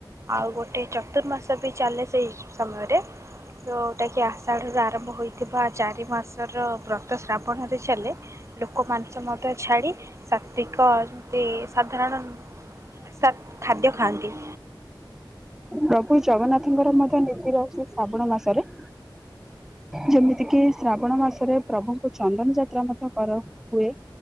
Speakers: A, on the right; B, in the centre.
A: ଆଉ ଗୋଟେ ଚତୁର୍ମାସ ବି ଚାଲେ ସେଇ ସମୟରେ। ଯେଉଁଟାକି ଆଷାଢ଼ରୁ ଆରମ୍ଭ ହୋଇଥିବା ଚାରି ମାସର ବ୍ରତ ଶ୍ରାବଣରେ ଚାଲେ। ଲୋକମାନଙ୍କ ମଧ୍ୟ ଛାଡ଼ି ଶତ୍ଵିକ ସେ ସାଧାରଣ ସା ଖାଦ୍ୟ ଖାଆନ୍ତି।
B: ପ୍ରଭୁ ଜଗନ୍ନାଥଙ୍କର ମଧ୍ୟ ନୀତି ରହୁଚି ଶ୍ରାବଣ ମାସରେ। ଯେମିତି କିି ଶ୍ରାବଣ ମାସରେ ପ୍ରଭୁଙ୍କୁ ଚନ୍ଦନ ଯାତ୍ରା ମଧ୍ୟ କର ହୁଏ।